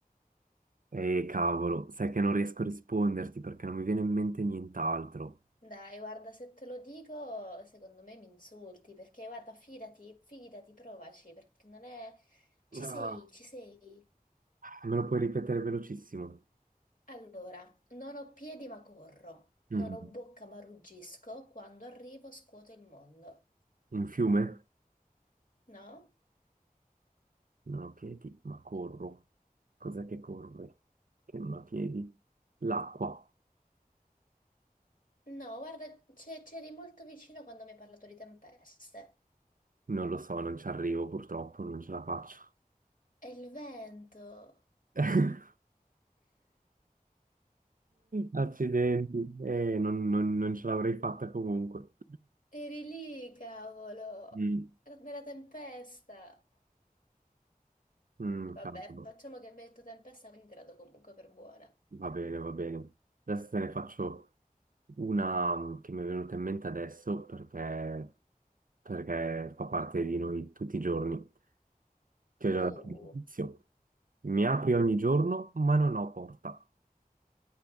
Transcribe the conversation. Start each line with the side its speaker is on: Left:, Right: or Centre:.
Right: eh, cavolo, sai che non riesco a risponderti perché non mi viene in mente nient'altro.
Left: Dai, guarda, se te lo dico, secondo me mi insulti, perché guarda, fidati, fidati, provaci, perché non è... Ci
Right: Ah.
Left: sei, ci sei.
Right: Me lo puoi ripetere velocissimo?
Left: Allora, non ho piedi ma corro,
Right: Mhm.
Left: non ho bocca ma ruggisco, quando arrivo scuoto il mondo,
Right: Un fiume?
Left: no?
Right: Non ho piedi, ma corro. Cos'è che corre? Che non ha piedi? L'acqua.
Left: No, guarda, c'è- c'eri molto vicino quando mi hai parlato di tempeste.
Right: Non lo so, non ci arrivo purtroppo, non ce la faccio.
Left: È il vento.
Right: <laughs> Accidenti. Eh, non, non- non ce l'avrei fatta comunque.
Left: Eri lì, cavolo.
Right: Mm.
Left: Era Nella tempesta.
Right: Mm,
Left: Vabbè,
Right: cavolo.
Left: facciamo che mi hai detto tempesta, quindi te la do comunque per buona.
Right: Va bene, va bene. Adesso te ne faccio una mm, che mi è venuta in mente adesso perché, perché fa parte di noi tutti i giorni. che è già
Left: Uh,
Right: dato l'inizio. Mi apri ogni giorno, ma non ho porta.